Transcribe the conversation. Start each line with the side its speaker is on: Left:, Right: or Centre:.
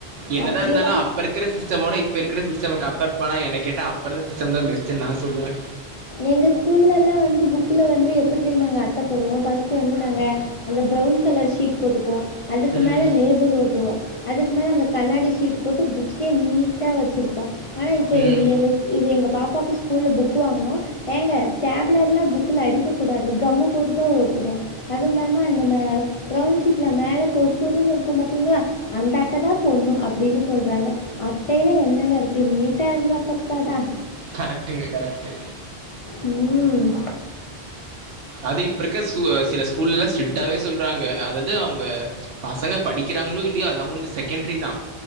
Right: என்னதா
Left: அப்படிலாம்
Right: இருந்தாலு அப்ப இருக்குற சிஸ்டமோட இப்ப இருக்குற சிஸ்டம கம்பேர் பண்ண என்ன கேட்ட அப் அப்ப இருந்த சிஸ்டம்தா பெஸ்ட்டுன்னு நா சொல்லுவே
Left: எங்க ஸ்கூல்ல எல்லா வந்து புக்ல வந்து எப்டி தெரியுமாங்க அட்ட போடுவோ ஃபஸ்ட்டு வந்து நாங்க அந்த ப்ரவுன் கலர் ஷீட் போட்டுக்குவோ அதுக்கு
Right: ம்.
Left: மேல லேபிள் ஓட்டுவோ அதுக்கு மேல அந்த கண்ணாடி ஷீட் போட்டு புக்கே நீட் டா வச்சிருப்போ ஆனா இப்ப
Right: ம்.
Left: இது எங்க பாப்பாக்கு ஸ்கூல்ல புக் வாங்குனோ ஏங்க ஸ்டேப்லர் எல்லா புக்ல அடிக்க கூடாது கம்மு போட்டுதா ஒட்டணு அது இல்லாம நம்ம அந்த ப்ரவுன் ஷீட்ல மேல சுருசுருன்னு இருக்கு பாத்தீங்ளா அந்த அட்டதா போடனு அப்டின்னு சொல்றாங்க அட்டையில என்னங்க இருக்கு நீட்டா இருந்தா பத்தாதா
Right: கரெக்டுங்க கரெக்டு
Left: ம்
Right: அது இப்ப இருக்க சில ஸ்கூல்ல ஸ்ட்ரிக்டாவே சொல்றாங்க அதது அவுங்க பசங்க படிக்கிறாங்ளோ இல்லையோ அது அவுங்களுக்கு செகண்டரி தா